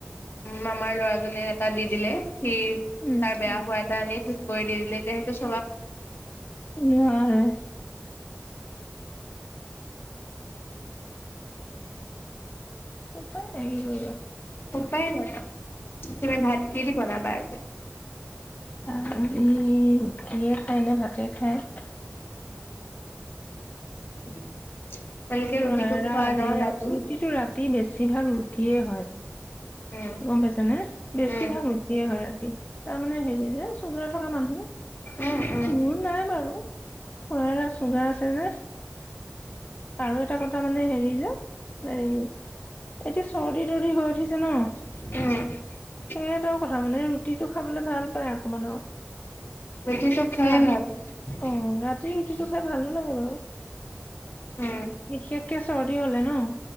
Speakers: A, on the left; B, on the left.
A: মামাৰ ল'ৰাজনে এটা দি দিলে। সি তাৰ
B: উম
A: বেয়া হোৱা এটা এনেই, <inaudible>
B: নোৱাৰে। উপাই নাই কি কৰিবা।
A: উপায় নাই তুমি ভাত কি দি বনাবা আজি?
B: আজি ৰুটিয়ে খায় নে ভাতে খায়।
A: <inaudible>
B: <unintelligible> <unintelligible>
A: ৰুটিটো খোৱা ন ৰাতি?
B: ৰুটিটো ৰাতি বেছি ভাগ ৰুটিয়ে হয়।
A: উম
B: গম পাইছানে? বেছিভাগ
A: উম
B: ৰুটিয়ে হয় ৰাতি তাৰ মানে হেৰি যে চুগাৰ থকা মানুহ।
A: উম উম
B: মোৰ নাই বাৰু খুৰাৰ চুগাৰ আছে যে আৰু এটা কথা মানে হেৰি যে এই এতিয়া চৰ্দি তৰ্দি হৈ উঠিছে ন
A: উম
B: সেইটোও কথা মানে ৰুটিটো খাবলৈ ভাল পায় অকমান আৰু
A: ৰুতিটো <unintelligible> <unintelligible>
B: ভাল অ ৰাতি ৰুটিটো খাই ভালো লাগে বাৰু
A: উম
B: বিশেষকে চৰ্দি হলে ন